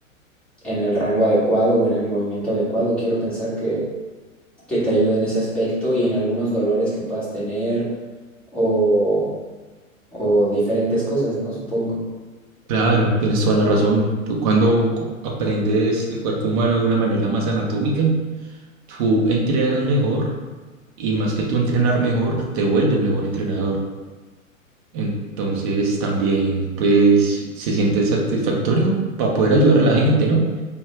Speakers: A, in the centre; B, on the right (about 25°).
A: en el rango adecuado o en el movimiento adecuado. Quiero pensar que, que te ayuda en ese aspecto y en algunos dolores que puedas tener o, o diferentes cosas, ¿no? Supongo.
B: Claro, tienes toda la razón. Tú cuando co- aprendes el cuerpo humano de una manera más anatómica, tú entrenas mejor y más que tú entrenar mejor, te vuelves mejor entrenador. Entonces también pues se siente satisfactorio para poder ayudar a la gente, ¿no?